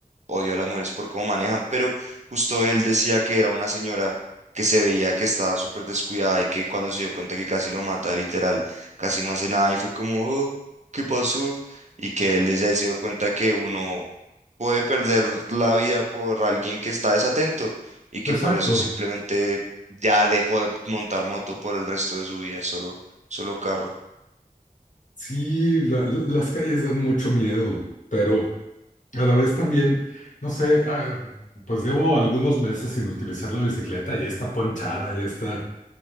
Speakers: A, on the right; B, on the left.
A: odio a las mujeres por cómo manejan, pero justo él decía que era una señora que se veía que estaba súper descuidada y que cuando se dio cuenta que casi lo mata, literal, casi no hace nada y fue como, "Oh, ¿qué pasó? Y que él desde ahí se dio cuenta que uno puede perder la vida por alguien que está desatento y que
B: Exacto.
A: por eso simplemente ya dejó de montar moto por el resto de su vida, es solo, solo carro.
B: Sí, la- las calles dan mucho miedo, pero... A la vez también, no sé, ah, pues llevo algunos meses sin utilizar la bicicleta, ya está ponchada, ya está